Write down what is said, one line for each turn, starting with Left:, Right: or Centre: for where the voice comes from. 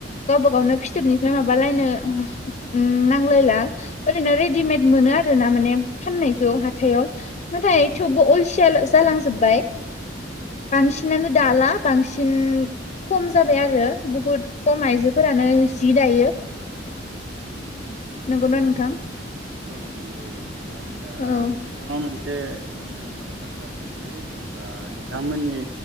Left: गावबा गावनो फिथोबनिफ्राय माबालायनो ओ उम नांलायला ओरैनो रेडिमेद मोनो आरो ना माने फाननायखौ हाथायाव। नाथाय थेवबो अलसिया जालांजोबबाय। बांसिनानो
Right: औ
Left: दाला बांसिन खम जाबाय आरो बुहुद खम आइजोफोरानो जि दायो। नंगौना
Right: औ
Left: नोंथां
Right: औ नंगौ आदसा
Left: औ
Right: आं नोंथां मोनसे ओ माबा बाथ्रा सोंनि जेनेबा ओ नोंथांमोननि